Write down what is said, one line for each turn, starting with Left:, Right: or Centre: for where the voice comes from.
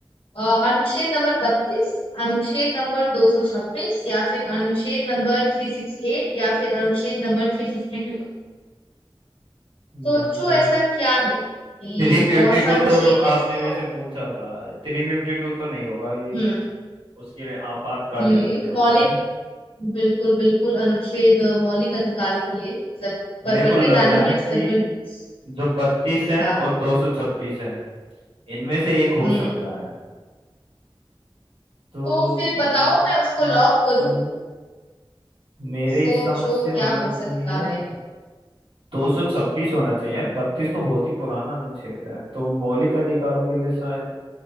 Left: अ, अनुच्छेद नंबर बत्तीस अनुच्छेद नंबर दो सौ छब्बीस या फिर अनुच्छेद नंबर थ्री सिक्सटी एट या फिर अनुच्छेद नंबर थ्री फिफ्टी टू सोचो
Right: यार
Left: ऐसा क्या है कि
Right: थ्री फिफ्टी
Left: कौन
Right: टू
Left: सा अनुच्छेद
Right: तो
Left: है
Right: आपने
Left: जो
Right: मेरे से पूछा था थ्री फिफ्टी टू तो नहीं होगा ये
Left: हम्म
Right: उसके लिए आपातकालीन
Left: हम्म
Right: के लिए होता
Left: मौलिक
Right: है
Left: बिल्कुल बिल्कुल अनुच्छेद मौलिक अधिकारों के लिए मतलब परिवर्तन
Right: मेरे को लग
Left: लाने
Right: रहा
Left: के
Right: है
Left: लिए
Right: कि
Left: सर्वोच्च
Right: जो बत्तीस है
Left: हाँ
Right: और दो सौ छब्बीस है इनमें से एक हो
Left: हम्म
Right: सकता है तो
Left: तो फिर
Right: मेरे
Left: बताओ मैं
Right: हिसाब
Left: उसको लॉक
Right: से
Left: करूं
Right: मेरे
Left: सोचो
Right: हिसाब से होना
Left: क्या हो
Right: चाहिए
Left: सकता है
Right: दो सौ छब्बीस होना चाहिए यार बत्तीस तो बहुत ही पुराना अनुच्छेद है तो मौलिक अधिकारों के लिए शायद